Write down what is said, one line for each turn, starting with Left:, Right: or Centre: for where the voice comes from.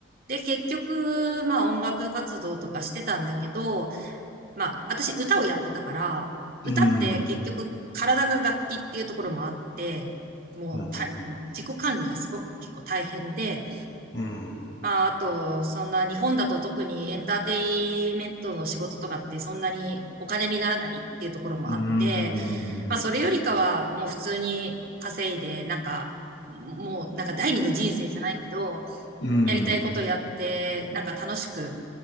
Right: で結局まあ音楽活動とかしてたんだけど、まあ私歌をやってたから、
Left: うん。
Right: 歌って結局体が楽器っていうところもあって、
Left: うん、
Right: もうた自己管理がすごく結構大変で、
Left: うん、うん。
Right: まあ、あと、そんな日本だと特にエンターテイメントの仕事とかってそんなにお金にならないっていうところもあって、
Left: うん。
Right: まあ、それよりかはもう普通に稼いで、なんか、もうなんか第二の人生じゃないけど、
Left: うん。
Right: やりたいことやって、なんか楽しく、